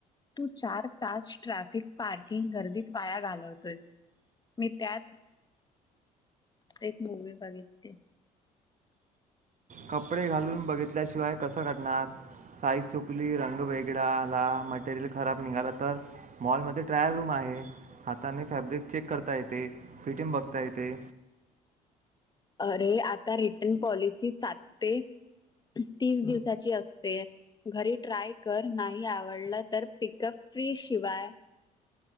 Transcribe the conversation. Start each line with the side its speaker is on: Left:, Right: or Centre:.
Left: तू चार तास ट्रॅफिक पार्किंग गर्दीत वाया घालवतोयस मी त्यात एक मूवी बघितली.
Right: कपडे घालून बघितल्याशिवाय कस घडणार साईज चुकली रं वेगळा आला, मटेरियल खराब निघाल तर मॉलमध्ये ट्रायल रु वाहे हाताने फॅब्रिक चेक करता येते, फिटिंग बघता येते.
Left: अरे आता रिटन पॉलिसी सात ते तीस दिवसाची असते घरी ट्राय कर नाही आवडलं तर पिकअप फ्री शिवाय